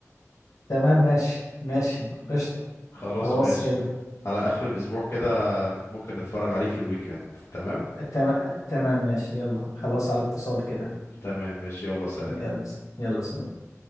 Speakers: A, on the left; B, on the left.
A: تمام ماشي ماشي قشطه
B: خلاص
A: خلاص
B: ماشي
A: كده
B: على اخر الاسبوع كده ممكن نتفرج عليه في الويك اند تمام
A: تمام تمام ماشي يلا خلاص على اتصال كده
B: تمام ماشي يلا سلام
A: يلا س- يلا سلام